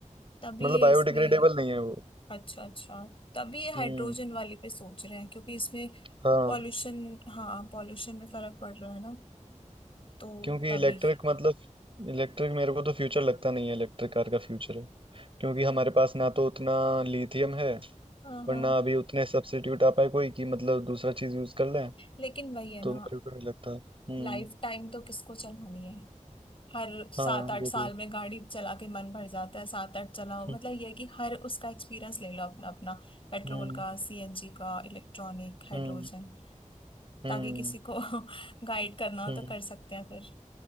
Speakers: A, on the left (about 45°); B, on the right (about 45°).
A: तभी
B: मतलब
A: ये
B: बायोडिग्रेडेबल
A: इसमें
B: नहीं है वो
A: अच्छा अच्छा तभी ये हाइड्रोजन
B: हम्म
A: वाली पे सोच रहे हैं क्योंकि इसमें
B: हाँ
A: पॉल्यूशन हाँ पॉल्यूशन में फर्क पड़ रहा है ना तो
B: क्योंकि
A: तभी
B: इलेक्ट्रिक मतलब इलेक्ट्रिक मेरे को तो फ्यूचर लगता नहीं है इलेक्ट्रिक कार का फ्यूचर है क्योंकि हमारे पास ना तो उतना लिथियम है
A: हाँ
B: और
A: हाँ
B: ना अभी उतने सब्स्टिट्यूट आ पाए कोई कि मतलब दूसरा चीज यूज कर लें
A: लेकिन वही है
B: तो
A: ना
B: मेरे को नहीं लगता हम्म
A: लाइफ टाइम तो किसको चलानी है हर सात
B: हाँ
A: आठ
B: वो
A: साल
B: भी
A: में गाड़ी चला के मन भर जाता है सात आठ चलाओ
B: हम्म
A: मतलब ये है कि हर उसका एक्सपीरियंस ले लो अपना अपना पेट्रोल
B: हम्म
A: का सीएनजी का इलेक्ट्रॉनिक हाइड्रोजन
B: हम्म हम्म
A: ताकि किसी को <laughs> गाइड करना हो
B: हम्म,
A: तो कर सकते हैं फिर